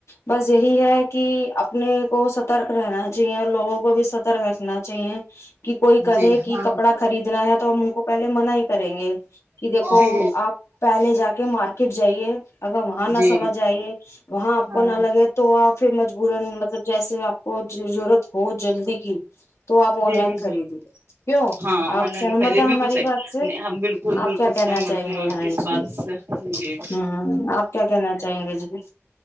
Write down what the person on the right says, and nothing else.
جی
ہاں
ہاں
جی جی
جی
ہاں
جی
جی
ہاں آن
لائن
خریدی
بالکل
صحیح
نہیں ہ بالکل
بالکل
سہمت
ہوں
آپ
ک بات
سےحح